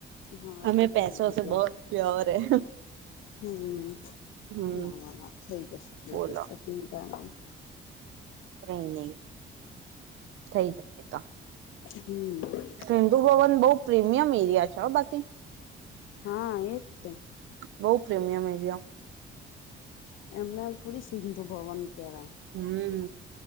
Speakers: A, on the left (about 80°); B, on the right (about 75°).
A: હા
B: હમે
A: એ
B: પૈસોસે
A: તો એવું જ
B: બહોત પ્યોર હે
A: હમ
B: હમ
A: ના ના ના થઈ જશે થઈ
B: બોલો
A: જશે ચિંતા નય
B: કાઈ નઈ થઈ જશે તો
A: હમ
B: સિંધુ ભવન બોવ પ્રીમિયમ એરિયા છે હ બાકી
A: હા એતે
B: બોવ પ્રીમિયમ એરીયો
A: એમને થોડી સિંધુ ભવન કેવાય
B: હમ